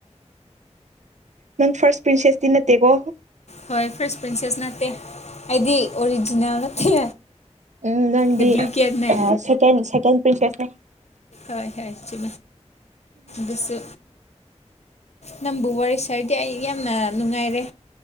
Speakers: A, on the right; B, on the left.
A: ꯅꯪ ꯐꯥꯔꯁ ꯄ꯭ꯔꯤꯟꯁꯦꯁꯇꯤ ꯅꯠꯇꯦꯀꯣ
B: ꯍꯣꯏ ꯐꯔꯁ ꯄ꯭ꯔꯤꯟꯁꯦꯁ ꯅꯠꯇꯦ ꯑꯩꯗꯤ ꯑꯣꯔꯤꯖꯤꯅꯦꯜ ꯅꯠꯇꯦ
A: ꯎꯝ ꯅꯪꯗꯤ
B: ꯗꯨꯄ꯭ꯂꯤꯀꯦꯠꯅꯦ
A: ꯁꯦ ꯁꯦꯀ ꯄꯔꯤꯁꯦꯁꯅꯦ
B: ꯇꯏ ꯍꯁ ꯆ ꯃ ꯁꯨ ꯅꯪꯕꯨ ꯋꯥꯔꯤ ꯁꯥꯔꯗꯤ ꯑꯩ ꯌꯥꯝꯅ ꯅꯨꯡꯉꯥꯏꯔꯦ